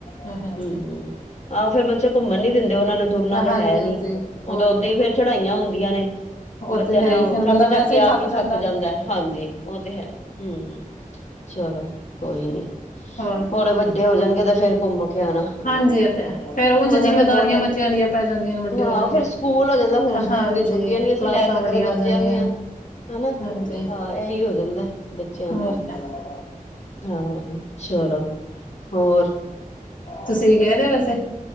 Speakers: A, on the left; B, on the left.
A: ਹਾਂਜੀ
B: ਹੂੰ ਆ ਫਿਰ ਬੱਚੋਂ ਘੁੰਮਣ ਨੀ ਦਿੰਦੇ ਓਨਾ ਨੇ ਤੁਰਨਾ
A: ਹਾਂਜੀ
B: ਤੇ ਹੈ ਨੀ,
A: ਹਾਂਜੀ
B: ਓ
A: ਹੋਰ
B: ਤੇ ਓਦਾਂ
A: ਕਿਆ
B: ਈ ਫੇਰ ਚੜਾਈਆਂ ਹੁੰਦੀਆਂ ਨੇ।
A: ਉਹ
B: ਬੱਚਿਆਂ
A: ਤੇ ਹੈ
B: ਨੇ
A: ਹੀ
B: ਉਹ
A: ਫੇਰ ਬੰਦਾ
B: ਚੱਕ-
A: ਵੈਸੇ
B: ਚੱਕ ਕੇ ਆਪ ਹੀ ਥੱਕ
A: ਜਾਂਦਾ
B: ਜਾਂਦੈ ਹਾਂਜੀ ਓ ਤੇ ਹੈ। ਹੂੰ ਚਲੋ, ਕੋਈ ਨੀ
A: ਹੋਰ
B: ਹੋਰੇ ਵੱਡੇ ਹੋ ਜਾਣਗੇ ਤੇ ਫੇਰ ਘੁੰਮ ਕਿਆ ਨਾ,
A: ਹਾਂਜੀ ਇਹ ਤੇ ਹੈ, ਫੇਰ ਉਝ
B: ਮਜਾ
A: ਜਿੰਮੇਦਾਰੀਆਂ
B: ਤੇ ਬੌਤ ਆਂਦਾ,
A: ਬੱਚਿਆਂ ਦੀਆਂ ਪੈ ਜਾਂਦੀਆਂ ਨੇ ਵੱਡੇ
B: ਹਾਂ
A: ਹੋ ਜਾਣ
B: ਫਿਰ
A: ਤੇ
B: ਕੂਲ ਹੋ ਜਾਂਦਾ ਹੁਣ ਸਕੂਲ
A: ਹਾਂਜੀ
B: ਦੀ ਛੁੱਟੀਆਂ ਨੀ ਅਸੀ
A: ਕਲਾਸਾਂ
B: ਲੈ ਸਕਦੇ
A: ਵੱਡੀਆਂ
B: ਬੱਚਿਆਂ
A: ਹੋ ਜਾਂਦੀਆਂ
B: ਦੀਆਂ,
A: ਨੇ
B: ਹਨਾ,
A: ਹਾਂਜੀ
B: ਹਾਂ ਏਹੀ ਹੋ ਜਾਂਦੈ, ਬੱਚਿਆਂ
A: ਹੋਰ
B: ਦਾ।
A: ਕਿਆ
B: ਹਾਂ ਸ਼ਲੋ, ਹੋਰ
A: ਤੁਸੀਂ ਵੀ ਗਏ ਥੇ ਵੈਸੇ?